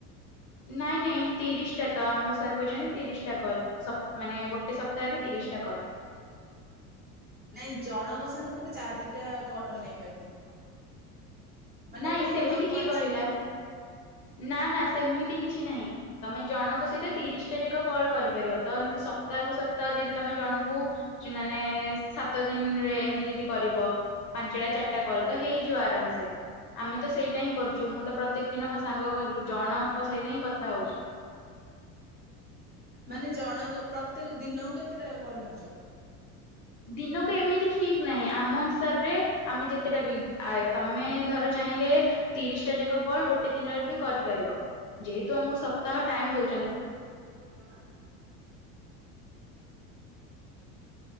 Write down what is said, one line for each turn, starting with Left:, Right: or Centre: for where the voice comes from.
Left: ନାଇଁ ନାଇଁ ତିରିଶ ଟା ତ ଆମକୁ ସାର୍ କହିଛନ୍ତି ତିରିଶ ଟା କଲ ସପ ମାନେ ଗୋଟେ ଗୋଟେ ସପ୍ତାହରେ ତିରିଶିଟା କଲ୍।
Right: ନାଇଁ ଜଣଙ୍କ ସାଙ୍ଗରେ ଚାରିଟା କଲ୍ ନେଇପାରିବ।
Left: <inaudible>
Right: ମାନେ
Left: ନାଇଁ
Right: ଗୋଟେ
Left: ସେମିତି
Right: ନମ୍ବରରେ
Left: କିଏ କହିଲା
Right: ଚାରିଟା କଲ୍।
Left: ନାଁ ନାଁ ସେମିତି କିଛି ନାହିଁ। ତମେ ଜଣଙ୍କ ସହିତ ତିରିଶିଟା ଯାକ କଲ୍ କରିପାରିବ ତ ଏମିତି ସପ୍ତାହକୁୁ ସପ୍ତାହ ଯଦି ତମେ ଜଣଙ୍କୁ ମାନେ ସାତ ଦିନରେ ଏମିତି ଯଦି କରିବ। ପାଞ୍ଚଟା ଚାରିଟା କଲ୍ ତ ହେଇଯିବ ଆରାମସେ। ଆମେ ତ ସେଇଟା ହିଁ କରୁଛୁ ମୁଁ ତ ପ୍ରତ୍ୟେକ ଦିନ ମୋ ସାଙ୍ଗ ଘରକୁ ଜଣଙ୍କ ସହିତ ହିଁ କଥା ହୋଉଛି।
Right: ମାନେ ଜଣଙ୍କ ପ୍ରତ୍ୟେକ ଦିନକୁ କେତେଟା କଲ୍ ନୋଉଚ?
Left: ଦିନକୁ ଏମିତି ଠିକ୍ ନାହିଁ ଆମ ହିସାବରେ ଆମେ ଯେତେଟା ବି ଆ ତମେ ଧର ଚାହିଁଲେ ତିରିଶିଟା ଯାକ କଲ୍ ଗୋଟେ ଦିନରେ ବି କରିପାରିବ। ଯେହେତୁ ଆମକୁ ସପ୍ତାହ ଟାଇମ୍ ଦଉଚନ୍ତି।
Right: ବି ଯୋଉ କଣ